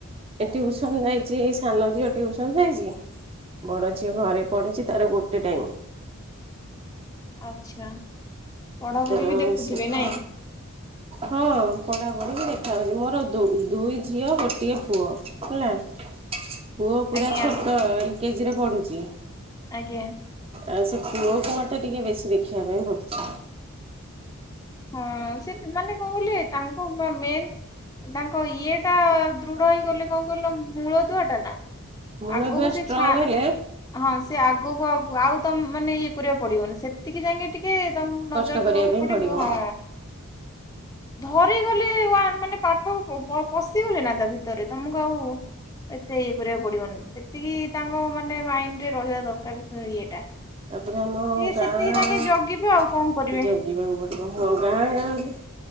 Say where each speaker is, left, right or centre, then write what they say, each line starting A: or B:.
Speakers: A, on the right; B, on the left.
A: ଏ ଟିଉସନ ଯାଇଚି ଏଇ ସାନ ଝିଅ ଟିଉସନ ଯାଇଚି। ବଡ଼ ଝିଅ ଘରେ ପଢ଼ୁଛି ତାର ଗୋଟେ ଟାଇମ୍।
B: ଆଚ୍ଛା। ପଢାପଢି
A: ତାର
B: ବି ଦେଖୁଥିବେ
A: ସଖ
B: ନାଇଁ?
A: ହଁ ପଢାପଢି ମୁ ଦେଖାଯାଉଛି ମୋର ଦୁ ଦୁଇ ଝିଅ ଗୋଟିଏ ପୁଅ। ହେଲା ପୁଅ ପୁରା
B: ଆଜ୍ଞା
A: ଛୋଟ ଏଲ୍ କେଜିରେ ପଡୁଚି।
B: ଆଜ୍ଞା।
A: ଆ ସେ ପୁଅକୁ ମତେ ଟିକେ ବେଶୀ ଦେଖିବା ପାଇଁ ପଡୁଚି।
B: ହଁ ସେ ମାନେ କଣ କହିଲେ ତାଙ୍କୁ ମେନ୍ ତାଙ୍କ ଇଏ ଟା ଦୃଢ ହେଇଗଲେ କଣ କଇଲ ମୂଳ ଦୁଆ ଟା ନା।
A: ମୂଳଦୁଆ
B: ଆଗକୁ ସେ
A: ଷ୍ଟ୍ରଙ୍ଗ
B: ଛା
A: ହେଲେ
B: ହଁ ସେ ସେ ଆଗକୁ ଅଗୁକୁ ଆଉ ତମ ମାନେ ଇଏ କରିବାକୁ ପଡିବନି ସେତିକି ଯାଇକି ଟିକେ ତମକୁ ନଜର
A: କଷ୍ଟ କରିବା
B: ଦେବାକୁ
A: ପାଇଁ
B: ପଡିବ।
A: ପଡ଼ିବ।
B: ହଁ ଧରିଗଲେ ନା ମାନେ ପାଠ ପ-ପ-ପଶିଗଲେ ନା ତା ଭିତରେ ତମକୁ ଆଉ ଏତେ ଇଏ କରିବାକୁ ପଡିବନି ସେତିକି ତାଙ୍କ ମାନେ ମାଇଣ୍ଡ ରେ ରହିବା ଦରକାର ଇଏଟା।
A: ତାପରେ ଆମ
B: ଟିକେ
A: ଗାଁ
B: ସେତିକି ଯାଇକି ଜଗିବେ ଆଉ କଣ କରିବେ
A: ଯ ଯିବାକୁ ପଡିବ ହଁ ଗାଁ ଗାଁ ଗଲେ